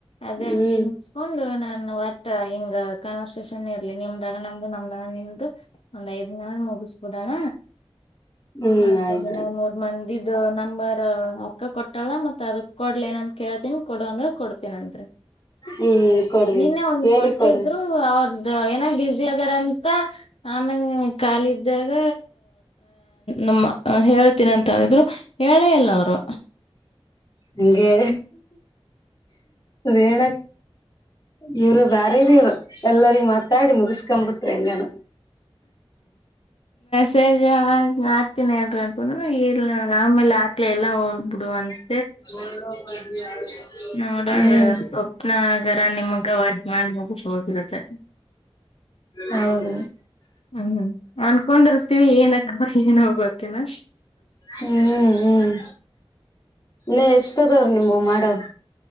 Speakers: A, on the left; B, on the left.
A: ಅದೇ
B: ಹ್ಮ್
A: ಫ್ರೀ ಮುಗ್ಸ್ಕೊಂಡು ನಾನ್ <unintelligible> <unintelligible> ಹಿಂಗ ಕನ್ವರ್ಸೇಷನ್ ಇರ್ ಇಲ್ಲಿ ನಿಮ್ದಾಗ ನಮ್ದು ನಮ್ದಾಗ ನಿಮ್ದು ಒಂದ್ ಐದ್ ಮಾಡ್ ಮುಗ್ಸ್ ಒದಾಣ.
B: ಹ್ಮ್
A: ಆಯ್ತ್
B: ಆಯ್ತ್ರಿ
A: ಹಂಗೆ ಇನ್ನ ಮೂರ್ ಮಂದಿದ್ ಇದು ನಂಬರ್ ಅಕ್ಕ ಕೊಟ್ಟಾಳ ಮತ್ತ ಅದ ಕೊಡ್ಲ ಏನಂತ. ಕೇಳ್ತೀನಿ ಕೊಡು ಅಂದ್ರೆ ಕೊಡ್ತೀನಂತೆ.
B: ಹ್ಮ್ ಕೊಡ್ರಿ
A: ನಿನ್ನೆ ಒಂದ
B: ಹೇಳಿ
A: ಕೊಟ್ಟಿದ್ರು
B: ಕೊಡ್ರಿ
A: ಅವನ್ ಏನೂ ಬಸಿ ಆದರ ಅಂತ ಆಮೇಲೆ ಕಾಲಿ ಇದ್ದಾಗ ನಮ್ಮ ಹೇಳ್ತೀನಿ ಅಂತ ಅಂದಿದ್ರು ಹೇಳೇ ಇಲ್ಲ ಅವರು.
B: ಹಂಗೆ. ರೇಳ. ಇವ್ರು ಬ್ಯಾರೆ ರಿ ಇವ್ರು ಎಲ್ಲರಿಗ ಮಾತಾಡಿ ಮುಗಸ್ಕೊಬಿಟ್ರು ಹೆಂಗಾನ.
A: ಮೆಸೇಜ ಹಾಕ್ತನಿ ಹೇಳ್ರಿ ಅಂತಂದ್ರ ಇ ಆ ಮೇಲೆ ಹಾಕ್ಲೆ ಇಲ್ಲ ಹೋಗ್ಲಿ ಬಿಡು ಅಂತ.
B: <unintelligible>
A: ನೋಡಣರಿ
B: ಹ್ಮ್
A: ಇವ ಸ್ವಪ್ನ ಆಗಾರ ನಿಮ್ಗ ಅವಾಜ್ ಮಾಡ್ ಮುಗ ಹೋಗಿರತ್ತ.
B: ಹೌದ.
A: ಹ್ಮ್ ಅನ್ಕೊಂಡಿರ್ತೀವಿ ಏನಕ್ಕವಾ ಏನೂ ಗೊತ್ತಿಲ್ಲ.
B: ಹ್ಮ್ ಹ್ಮ್ ಇನ್ನ ಎಷ್ಟ ಅದವ್ ರಿ ನಿಮ್ಮವ್ ಮಾಡವು.